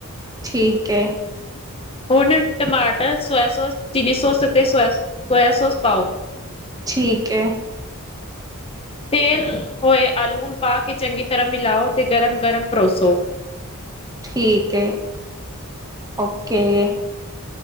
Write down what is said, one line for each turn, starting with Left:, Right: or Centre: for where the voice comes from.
Right: ਠੀਕ ਐ।
Left: ਹੁਣ ਟਮਾਟਰ, ਸੋਇਆ ਸੋਸ, ਚਿਲੀ ਸੌਸ ਅਤੇ ਸੋਇਆ ਸੋਇਆ ਸੌਸ ਪਾਓ।
Right: ਠੀਕ ਐ।
Left: ਤੇਲ ਹੋਏ ਆਲੂਣ ਪਾ ਕੇ ਚੰਗੀ ਤਰ੍ਹਾਂ ਮਿਲਾਓ ਤੇ ਗਰਮ-ਗਰਮ ਪਰੋਸੋ।
Right: ਠੀਕ ਐ। ਓਕੇ